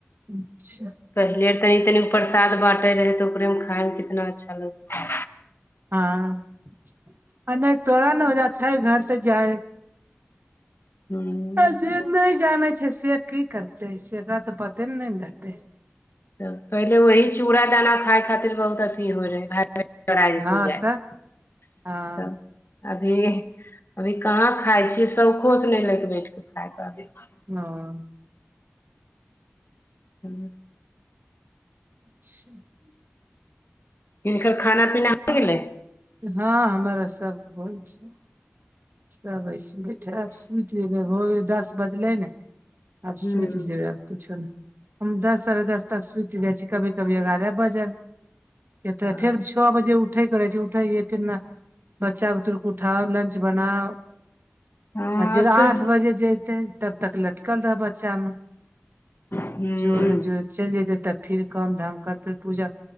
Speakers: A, on the right; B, on the left.
A: अच्छा
B: पहिले तनी तनि प्रसाद बाँटे रहै तऽ ओकरेमे खाायमे कितना अच्छा लगै
A: हँ आ नय तोरा ने ओज छै घर तऽ जाइ
B: हूँ
A: आ जे नहि जाने छै से की करते से एकरा तऽ पते ने ने ने रहते
B: तऽ पहिले वही चूड़ दाना खाय खातिर बहुत अथी होय रहै चइ
A: हँ
B: <unintelligible> जाइ तऽ
A: तऽ हँ
B: अभी अभी कहाँ खाय छियै शौखो से नहि लऽ के बैठ के खाय पाबै छी
A: हँ
B: हूँ
A: अच्छा <inaudible>
B: हिनकर खाना पीना हो गेलै
A: हँ हमरा सबके होल छै सब ऐसे बैठे सुति जेबै भऽ गेल दस बजलै ने आब
B: हूँ
A: सुति जेबै आब कुछो नय हम दस साढ़े दस तक सुति जाइ छी कभी कभी एगारह बजल के
B: हँ
A: तऽ फेर छओ बजे उठे करे छी उठे कितना बच्चा बुदरूके उठाउ लंच बनाउ
B: आब
A: आठ
B: तऽ
A: बजे जतै तब तक लटकल रहब बच्चामे
B: हूँ
A: जोरे जोर चलि जेते तब फिर काम धाम करते पूजा